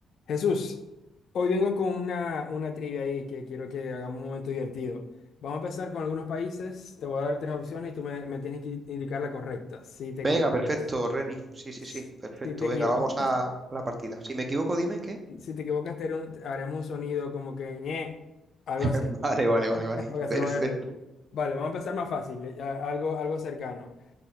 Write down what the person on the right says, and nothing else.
Venga,
perfecto, Reni. Sí, sí,
sí, perfecto.
Venga, vamos a, la partida. Si me equivoco, dime qué.
<laughs>
Vale, vale, vale,
vale.
Perfecto.